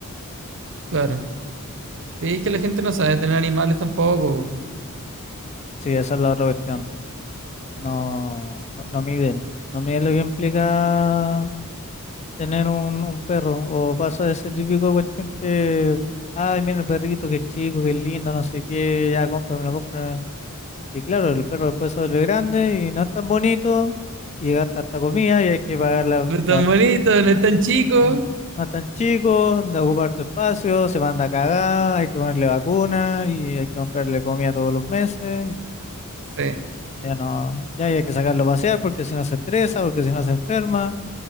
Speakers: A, on the right; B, on the left.
A: Claro. Y es que la gente no sabe tener animales tampoco.
B: Sí, esa es la otra cuestión. No, no, no miden. No miden lo que implica tener un, un perro. O pasa ese típico cuestión que, ay, mira el perrito, que chico, que lindo, no sé qué, ya cómpramelo, cómpramelo. Y claro, el perro después se vuelve grande y no es tan bonito y gasta harta comida y hay que pagar la,
A: No es tan
B: la-
A: bonito, no es tan chico.
B: mm, No es tan chico, de ocupar tu espacio, se manda a cagar, hay que ponerle vacuna y hay que comprarle comida todos los meses.
A: Sí.
B: Ya no, ya hay que sacarlo a pasear porque si no se estresa, porque si no se enferma.